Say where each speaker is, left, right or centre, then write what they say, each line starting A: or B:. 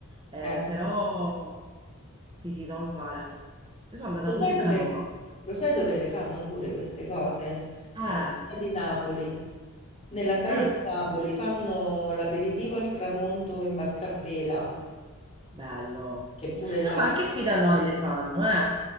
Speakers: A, on the right (about 20°); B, on the left (about 30°).
A: Eh,
B: Eh,
A: però sì, sì, devo fare. Io sono andata
B: Lo sai
A: pure in
B: dove,
A: canoa.
B: lo sai dove le fanno pure queste cose?
A: Eh,
B: La Baia di Napoli. Nella Baia
A: ah,
B: di Napoli fanno l'aperitivo al tramonto in barca a vela,
A: bello.
B: che pure
A: No,
B: là...
A: ma anche qui da noi le fanno, eh.